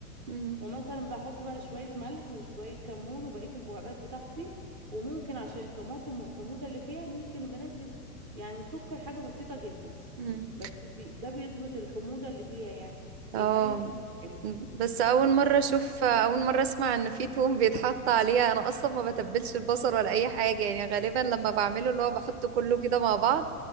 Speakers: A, on the right; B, on the right.
A: مم.
B: ومثلا بحط بقى شويه ملح وشويه كمون وبقيه البهارات بتاعتي وممكن عشان الطماطم والحموضه اللي فيها ممكن بنزل يعني سكر حاجه بسيطه جدا
A: مم.
B: بس بي ده بيظبط الحموضه اللي فيها يعني بيخلي
A: اه
B: طعمها حلو
A: بس اول مره اشوف اول مره اسمع ان في توم بيتحط عليها انا اصلا ما بتبلش البصل ولا اي حاجه يعني غالبا لما بعمله اللي هو بحط كله كده مع بعض